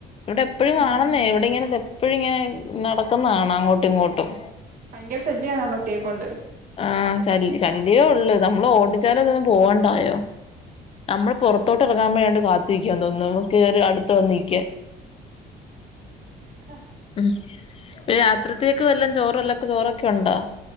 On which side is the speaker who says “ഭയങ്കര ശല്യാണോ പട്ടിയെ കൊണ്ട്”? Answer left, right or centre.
Right